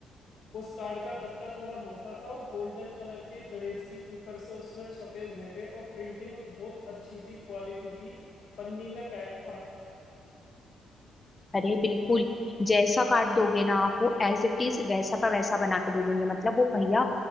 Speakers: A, on the left; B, on the left.
A: उस कार्ड का गत्ता थोड़ा मोटा था और गोल्डन कलर के गणेश जी ऊपर से उसमें छपे हुए थे और प्रिंटिंग बहुत अच्छी थी क्वालिटी थी पन्नी में पैक था
B: अरे बिल्कुल जैसा काट दोगे ना आप वो एज इट इज वैसा का वैसा बना के दे देंगे मतलब वो भैया